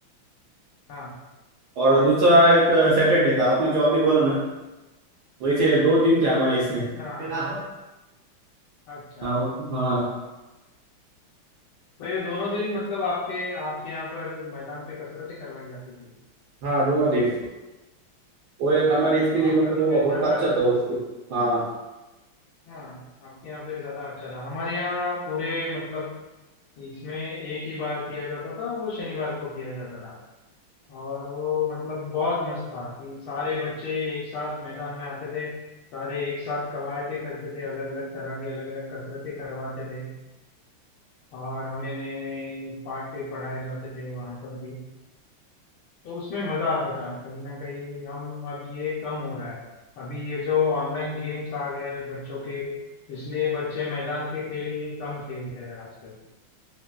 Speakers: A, on the left; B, on the right.
A: हाँ
B: और दूसरा एक सैटरडे था आपने जो अभी बोला ना वैसे दो दिन थे हमारे इसमें
A: हाँ
B: हाँ
A: अच्छा
B: हाँ
A: तो ये दोनों दिन मतलब आपके आपके यहाँ पर मैदान पे कसरतें करवाई जाती थी
B: हाँ दोनों दिन वो एक हमारे इसके
A: तो
B: लिए
A: आपका
B: मतलब
A: तो
B: वो
A: फिर
B: बहुत
A: ज्यादा
B: अच्छा
A: अच्छा
B: था
A: था
B: उसके हाँ
A: हाँ आपके यहाँ फिर ज्यादा अच्छा था हमारे यहाँ पूरे मतलब इसमें एक ही बार किया जाता था वो शनिवार को किया जाता था और वो मतलब बहुत मस्त था कि सारे बच्चे एक साथ मैदान में आते थे सारे एक साथ कवायते करते थे अलग अलग तरह की अलग अलग कसरतें करवाते थे और हमें नए नए पाठ्य पढ़ाए जाते थे वहां पर भी तो उसमें मजा आता था कहीं ना कहीं हम अब ये कम हो रहा है अभी ये जो ऑनलाइन गेम्स आ गए बच्चों के इसलिए बच्चे मैदान के खेल कम खेल रहे हैं आजकल